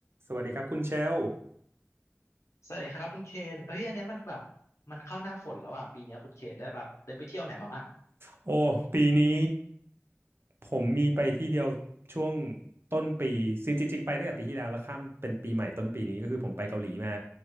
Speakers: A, on the right; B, on the left.
A: สวัสดีครับคุณเชลล์
B: สวัสดีครับคุณเคนเอ้ยอันเนี้ยมันแบบมันเข้าหน้าฝนแล้วอ่ะปีเนี้ยคุณเคนได้แบบได้ไปเที่ยวไหนมาบ้าง
A: โอ้ปีนี้ผมมีไปที่เดียวช่วงต้นปีจริงจริงๆไปตั้งแต่ปีที่แล้วแล้วข้ามเป็นปีใหม่ต้นปีนี้ก็คือผมไปเกาหลีมา